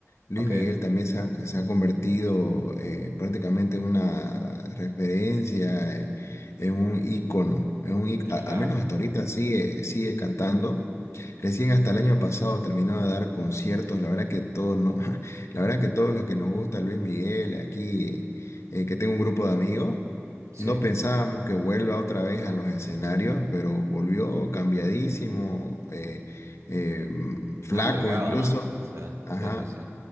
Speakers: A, on the left; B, on the right.
A: Luis
B: Ok,
A: Miguel también se ha, se ha convertido eh, prácticamente en una referencia, eh, en un ícono, en un, í-
B: claro,
A: a- al menos hasta ahorita sigue, sigue cantando. Recién hasta el año pasado terminó de dar conciertos. La verdad que todos no, <laughs> la verdad que todos los que nos gusta Luis Miguel, aquí eh, que tengo un grupo de amigos,
B: sí.
A: no pensábamos que vuelva otra vez a los escenarios, pero volvió cambiadísimo, eh, eh, mm, flaco
B: Más delgado,
A: incluso.
B: ¿no? Sí,
A: Ajá,
B: sí, sí, sí.